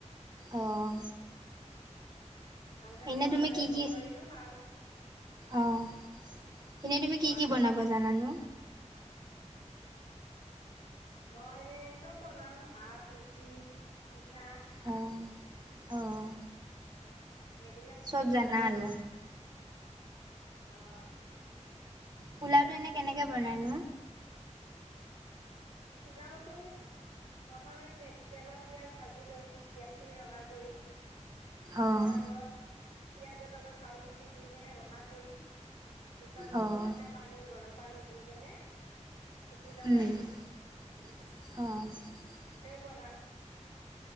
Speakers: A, on the right (about 35°); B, on the left (about 45°).
A: অ'।
B: ভালকে
A: এনে
B: পঢ়ালে
A: তুমি কি
B: চৰকাৰীতো
A: কি
B: ভাল।
A: অ' এনেই তুমি
B: পঢ়াটো
A: কি কি বনাব
B: নিজে।
A: জানানো?
B: মই এনে চব বনাও, ভাত, ৰুটি পিঠা
A: অ', অ'।
B: সেইবিলাক
A: চব
B: পোলাও
A: জানা আৰু
B: অ'।
A: পোলাওটো এনে কেনেকে বনাইনো?
B: পোলাওতো প্ৰথমে তেলত পিয়াঁজ ভাজি লৈ, পিয়াঁজখিনি ৰঙা কৰি পিছত
A: অ',
B: আকৌ পিয়াঁজৰ লগত চাউলখিনি দি কেনে, ৰঙা কৰি পিছত
A: অ',
B: জোখমতে পানী, গৰমপানী দি কেনে চিটি লগাই
A: উম,
B: দিওঁ।
A: অ'।
B: বনা